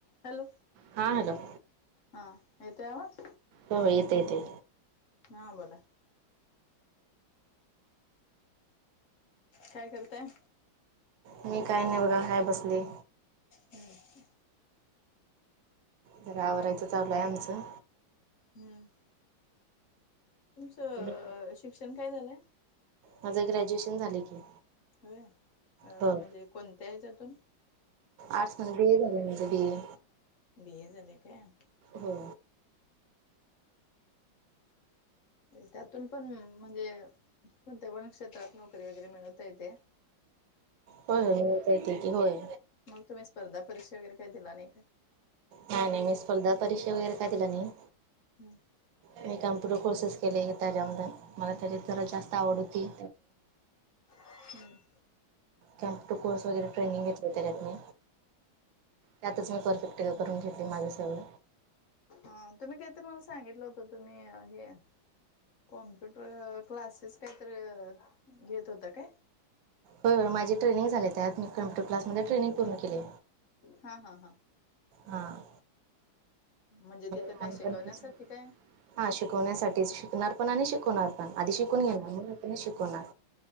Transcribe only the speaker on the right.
हा... हॅलो
हो... येतो येतोय
मी काय नाही बघा काय बसली.
जरा आवरायचं चाललं आहे आमचं,
तुम्ही
माझं ग्रॅज्युएशन झा की,
हो
आर्टस मधून बी ए झालंय माझ बी ए
हो.
होय मिळवता का येत की होय.
नाही नाही मी स्पर्धा परीक्षा वगैरे काय दिल नाही.
मी कॅम्प्युटर कोर्सेस केले, त्याच्यात मला जरा जास्त आवड होती.
कॅमप्युटर कोर्स वगैरे ट्रेनिंग घेतली, त्याच्यात मी त्यातच मी परफेक्ट ट्रैनिंग करून घेतली माझं सगळं
हो य माझी ट्रेनिंग झाले, त्यात मी कॉम्पुटर क्लासमध्ये ट्रनिंग पूर्ण केली.
हां.
ह.
हा शिकवण्यासाठीच शिकणार पण आणि शिकवणार, पण आधी शिकून घेणार
मग मी शिकवनार.